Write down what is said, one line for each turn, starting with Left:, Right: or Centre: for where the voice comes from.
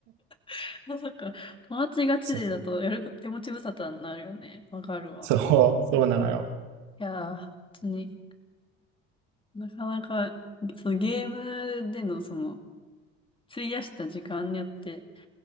Left: <laughs> まさか、友達がチでだとやる手持ち無沙汰になるよね。
Right: そう、
Left: わかるわ。
Right: そう、<laughs> そうなのよ。
Left: いやー、本当に。なかなか、そのゲームでのその、費やした時間によって、